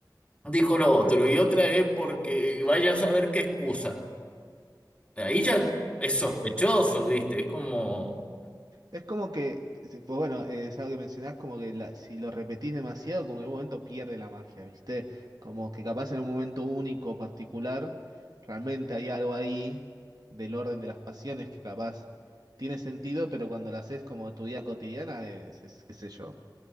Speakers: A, on the left; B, on the right.
A: dijo lo otro y otra es porque vaya a saber qué excusa. Ahí ya
B: sí,
A: es sospechoso, ¿viste? Es como...
B: Es como que, eh, pues bueno, eh, es algo que mencionás, como que la- si lo repetís demasiado, como que en un momento pierde la magia, ¿viste? Como que capaz en un momento único, particular, realmente hay algo ahí del orden de las pasiones que capaz tiene sentido, pero cuando lo haces como tu vida cotidiana, es, es- qué sé yo,